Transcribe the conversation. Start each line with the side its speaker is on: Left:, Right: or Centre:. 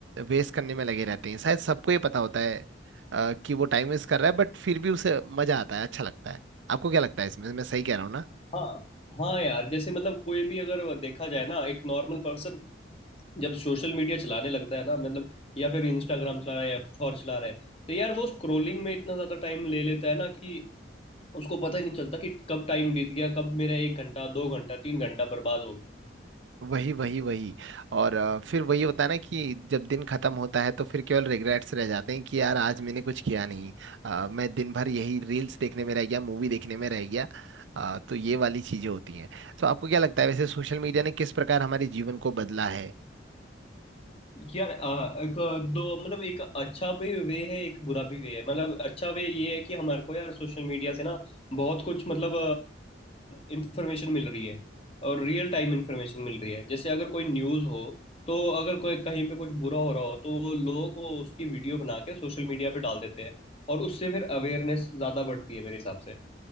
Right: वेस्ट करने में लगे रहते हैं शायद सबको ये पता होता है आ, कि वो टाइम वेस्ट कर रहा है बट फिर भी उसे मजा आता है अच्छा लगता है आपको क्या लगता है इसमें मैं सही कह रहा हूँ ना
Left: हाँ हाँ यार जैसे मतलब कोई भी अगर देखा जाए ना एक नॉर्मल पर्सन जब सोशल मीडिया चलाने लगता है ना मतलब या फिर इंस्टाग्राम चला रहा है या कुछ और चला रहा है तो यार वो स्क्रोलिंग में इतना ज्यादा टाइम ले लेता है ना कि उसको पता ही नहीं चलता कि कब टाइम बीत गया कब मेरा एक घंटा दो घंटा तीन घंटा बर्बाद हो गया
Right: वही वही वही और अ, फिर वही होता है ना कि जब दिन खत्म होता है तो फिर केवल रिग्रेट्स रह जाते हैं कि यार आज मैंने कुछ किया नहीं अ, मैं दिन भर यही रील्स देखने में रह गया मूवी देखने में रह गया अ, तो ये वाली चीजें होती हैं तो आपको क्या लगता है वैसे सोशल मीडिया ने किस प्रकार हमारे जीवन को बदला है
Left: यार अ, एक दो मतलब एक अच्छा भी वे है एक बुरा भी वे है मतलब अच्छा वे ये है कि हमारे को यार सोशल मीडिया से ना बहुत कुछ मतलब इंफॉर्मेशन मिल रही है और रियल टाइम इंफॉर्मेशन मिल रही है जैसे अगर कोई न्यूज़ हो तो अगर कोई कहीं पे कुछ बुरा हो रहा हो तो वो लोग वो उसकी वीडियो बना के सोशल मीडिया पे डाल देते हैं और उससे फिर अवेयरनेस ज़्यादा बढ़ती है मेरे हिसाब से